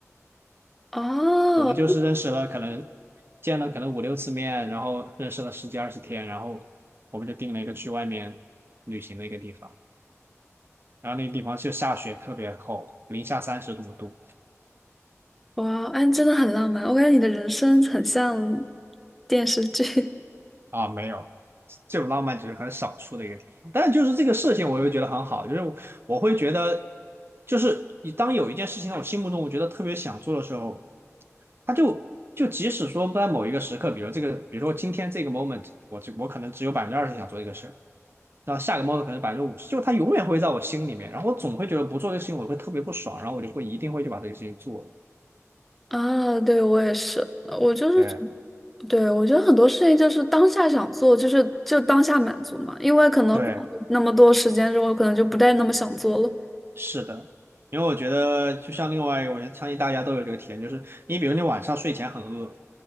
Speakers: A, in the centre; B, on the right.
A: 哦，
B: 我们就是认识了可能见了可能五六次面，然后认识了十几二十天，然后我们就定了一个去外面旅行的一个地方，然后那个地方就下雪特别厚，零下三十多度
A: 哇，哎，真的很浪漫。我感觉你的人生很像电视剧。
B: 啊，没有。这种浪漫只是很少数的一个地方，但就是这个事情，我又觉得很好，就是我我会觉得，就是你当有一件事情在我心目中我觉得特别想做的时候，他就就即使说在某一个时刻，比如这个，比如说今天这个 moment，我就我可能只有百分之二十想做这个事儿，然后下个 moment 可能是百分之五十，就他永远会在我心里面，然后我总会觉得不做这个事情我会特别不爽，然后我就会一定会去把这个事情做了
A: 啊，对，我也是，我就是总
B: 对
A: 对，我觉得很多事情就是当下想做，就是就当下满足嘛，因为可能过了那么多时间之后，
B: 对，
A: 可能就不再那么想做了。
B: 是的，因为我觉得就像另外一个，我相信大家都有这个体验，就是你比如你晚上睡前很饿，